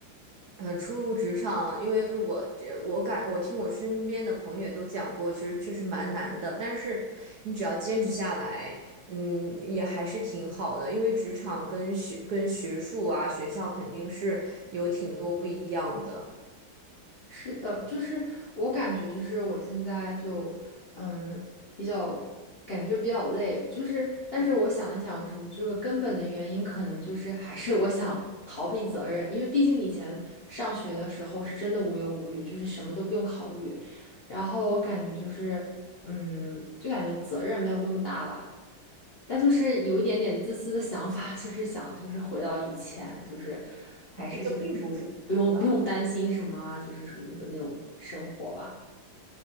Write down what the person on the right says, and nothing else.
呃，初入职场，因为我这我感我听我身边的朋友也都讲过，其实确实蛮难的，但是你只要坚持下来，嗯，也还是挺好的，因为职场跟学跟学术啊，学校肯定是有挺多不一样的。
这个并不是是的，